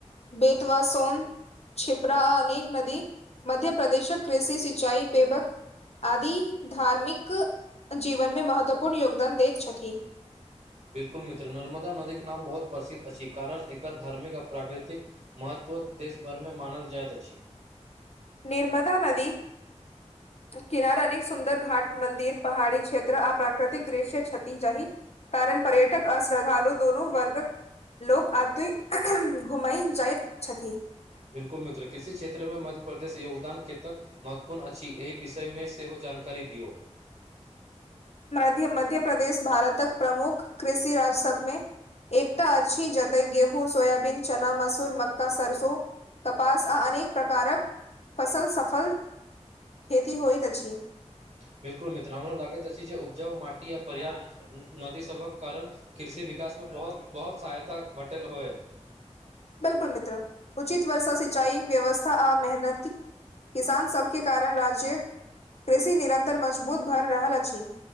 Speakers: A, on the left; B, on the right.
A: बेतवा, सोन। छिप्रा आ अनेक नदी मध्य प्रदेशक कृषि सिंचाई पेबक। आदि धार्मिक जीवन में महत्वपूर्ण योगदान दैत छथि।
B: बिल्कुल मित्र, नर्मदा नदीके नाम बहुत प्रसिद्ध अछि कारण एकर धार्मिक आ प्राकृतिक। महत्व देश भरिमें मानल जाइत अछि।
A: नर्मदा नदी। के किनारा नहि सुन्दर घाट, मन्दिर पहाड़ी क्षेत्र आ प्राकृतिक दृश्य छथिन जाही। कारण पर्यटक आ श्रद्धालु दुनू वर्गक। लोक अतय घुमय जाइत छथि।
B: बिल्कुल मित्र, कृषि क्षेत्रमें मध्य प्रदेश योगदान केतक। महत्वपूर्ण अछि, एहि विषय में सेहो जानकारी दियौ।
A: मध्य, मध्य-प्रदेश भारतक प्रमुख कृषि राज्य सभमें। एकटा अछी जतए गेहूँ, सोयाबीन, चना, मसूर, मक्का सरसों। कपास आ अनेक प्रकारक फसल सफल खेती होइत अछि।
B: बिल्कुल मित्र, हमरा लागैत अछि जे उपजाउ माटि आ पर्याप्त। नदी सभक कारण कृषि विकास में बहुत-बहुत सहायता भेटल होयत।
A: बिल्कुल मित्र, उचित वर्षा, सिंचाई, व्यवस्था आ मेहनति। किसानसभके कारण राज्य कृषि निरन्तर मजबूत भऽ रहल अछि।